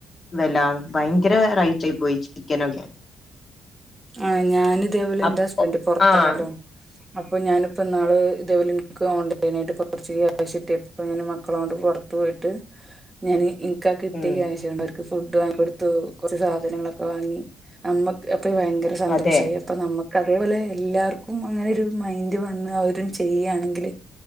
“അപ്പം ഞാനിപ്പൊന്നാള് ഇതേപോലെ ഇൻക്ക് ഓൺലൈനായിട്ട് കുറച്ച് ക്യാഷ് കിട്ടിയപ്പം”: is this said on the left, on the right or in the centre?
Right